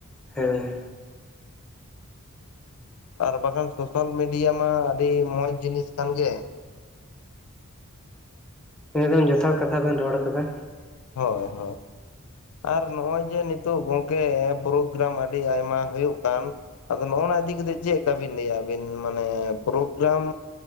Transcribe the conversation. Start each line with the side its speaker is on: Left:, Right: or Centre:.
Centre: ᱦᱮᱸ᱾
Left: ᱟᱨ ᱵᱟᱠᱷᱟᱱ ᱥᱳᱥᱟᱞ ᱢᱤᱰᱤᱭᱟ ᱢᱟ ᱟᱹᱰᱤ ᱢᱚᱸᱡᱽ ᱡᱤᱱᱤᱥ ᱠᱟᱱ ᱜᱮ᱾
Centre: ᱮᱠᱫᱚᱢ ᱡᱚᱛᱷᱟᱛ ᱠᱟᱛᱷᱟ ᱵᱮᱱ ᱨᱚᱲ ᱟᱠᱟᱫᱟ᱾
Left: ᱦᱚᱭ ᱦᱚᱭ᱾ ᱟᱨ ᱱᱚᱜ-ᱚᱭ ᱡᱮ ᱱᱤᱛᱚᱜ ᱜᱚᱝᱠᱮ ᱯᱨᱳᱜᱽᱨᱟᱢ ᱟᱹᱰᱤ ᱟᱭᱢᱟ ᱦᱩᱭᱩᱜ ᱠᱟᱱ᱾ ᱟᱫᱚ ᱱᱚᱜ-ᱚ ᱱᱚᱣᱟ ᱤᱫᱤ ᱠᱟ ᱠᱟᱛᱮᱜ ᱪᱮᱜ ᱠᱟ ᱵᱤᱱ ᱞᱟᱹᱭᱟ ᱟᱹᱵᱤᱱ ᱢᱟᱱᱮ ᱯᱨᱳᱜᱽᱨᱟᱢ